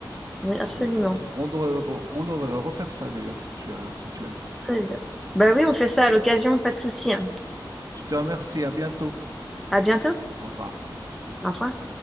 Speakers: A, in the centre; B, on the right.
A: Oui, absolument.
B: Heu, on devrait re on devrait refaire ça d'ailleurs si tu as si tu as le temps.
A: Très bien. Bah oui, on fait ça à l'occasion, pas de souci. hein.
B: Je te remercie, à bientôt.
A: À bientôt.
B: Au revoir.
A: Au revoir.